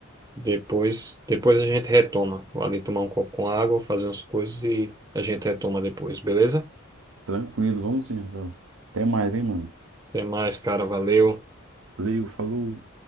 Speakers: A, on the right; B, on the right.
A: Depois, depois a gente retoma. Vou ali tomar um copo com água, fazer umas coisas e a gente retoma depois, beleza?
B: Tranquilo, vamos sim, Rafael. Até mais, hein, mano.
A: Até mais, cara. Valeu.
B: Valeu, falou.